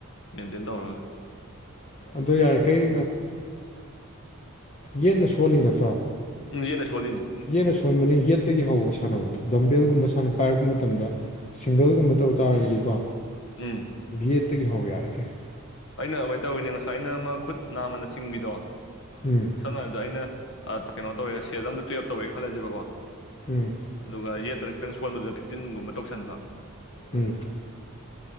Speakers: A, on the left (about 60°); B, on the left (about 35°).
A: ꯃꯦꯟꯇꯦꯟ ꯇꯧꯔꯒ
B: ꯑ ꯌꯥꯔꯤꯈꯩ ꯌꯦꯠꯅ ꯁꯣꯜꯂꯤ ꯅꯠꯇ꯭ꯔꯣ
A: ꯎꯝ ꯌꯦꯠꯅ ꯁꯣꯜꯂꯤꯅꯤ
B: ꯌꯦꯠꯅ ꯁꯣꯟꯕꯅꯤꯅ ꯌꯦꯠꯇꯒꯤ ꯍꯧꯕ ꯁꯥꯟꯅꯕꯗꯣ ꯗꯝꯕꯦꯜꯒꯨꯝꯕ ꯁꯥꯟꯅ ꯄꯥꯏꯔꯛꯄ ꯃꯇꯝꯗ ꯁꯤꯡꯒꯜꯒꯨꯝꯕ ꯇꯧ ꯇꯥꯔꯒꯗꯤꯀꯣ
A: ꯎꯝ
B: ꯌꯦꯠꯇꯒꯤ ꯍꯧ ꯌꯥꯔꯤ ꯉꯩ
A: ꯑꯩꯅ ꯑꯗꯨꯃꯥꯏꯅ ꯇꯧꯋꯤꯅꯦ ꯉꯁꯥꯏꯅ ꯃꯥ ꯈꯨꯠ ꯅꯥꯝꯃꯅ ꯆꯤꯡꯕꯤꯗꯣ
B: ꯎꯝ
A: ꯁꯝꯅ ꯍꯥꯏꯔꯕꯗ ꯑꯩꯅ ꯀꯩꯅꯣ ꯇꯧꯋꯦ ꯁꯦꯠ ꯑꯝꯗ ꯇꯨꯌꯦꯞ ꯇꯧꯋꯦꯅ ꯈꯜꯂꯁꯦꯕꯀꯣ
B: ꯎꯝ
A: ꯑꯗꯨꯒ ꯌꯦꯠ ꯈꯤꯇꯪꯕꯗꯨ ꯐꯤꯇꯤꯟꯒꯨꯝꯕ ꯇꯧ ꯈ
B: ꯎꯝ